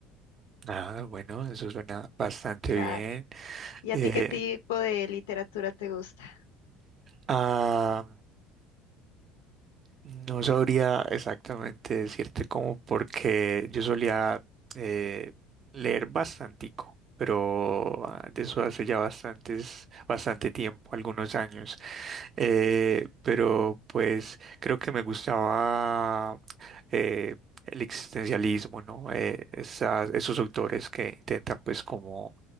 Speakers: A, on the right (about 40°); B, on the left (about 80°).
A: Ah, bueno, eso suena bastante
B: Claro.
A: bien.
B: ¿Y
A: Eh,
B: a ti qué tipo de literatura te gusta?
A: ah, No sabría exactamente decirte cómo, porque yo solía eh, leer bastantico, pero ah, de eso hace ya bastantes, bastante tiempo, algunos años. Eh, pero pues creo que me gustaba eh, el existencialismo, ¿no? Eh, esas- esos autores que intentan pues como